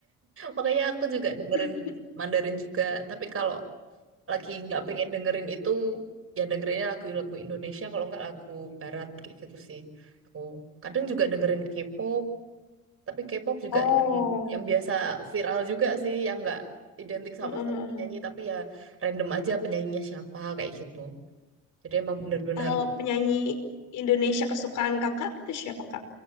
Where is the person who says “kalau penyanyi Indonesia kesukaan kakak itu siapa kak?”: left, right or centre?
Left